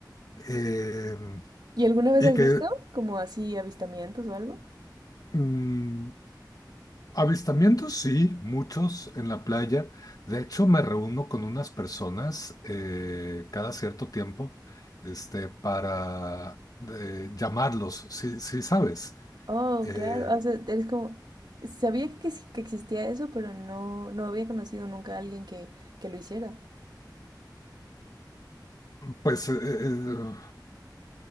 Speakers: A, on the left (about 55°); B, on the right (about 70°).
A: Em,
B: ¿Y alguna vez
A: y
B: has
A: que
B: visto como así avistamientos o algo?
A: mm, Avistamientos, sí, muchos en la playa. De hecho, me reúno con unas personas eh, cada cierto tiempo este, para eh, llamarlos, sí, sí sabes.
B: Oh,
A: Eh,
B: claro, o sea, eres como, sabía que, ex- que existía eso, pero no, no había conocido nunca a alguien que, que lo hiciera.
A: pues eh, eh,